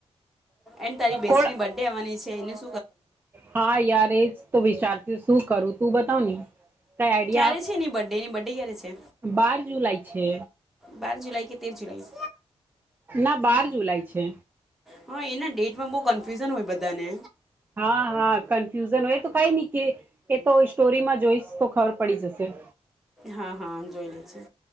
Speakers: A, in the centre; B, on the right (about 20°).
A: એન્ડ તારી બેસ્ટીની
B: કોણ
A: બર્થડે આવવાની છે એનું
B: હા યાર એ જ તો વિચારતી શું કરું તું બતાવ ને કઈ આઈડિયા
A: ક્યારે
B: આપ
A: છે એની બર્થડે એની બર્થડે ક્યારે છે
B: બાર જુલાઈ છે
A: બાર જુલાઈ કે તેર જુલાઈ
B: ના બાર જુલાઈ છે
A: હા એના ડેટમાં બહુ કન્ફ્યુઝન હોય બધાને
B: હા હા કન્ફ્યુઝન હોય તો કાઈ નહી કે એ તો સ્ટોરીમાં જોઈશ તો ખબર પડી જશે
A: હા હા જોઈ લે છે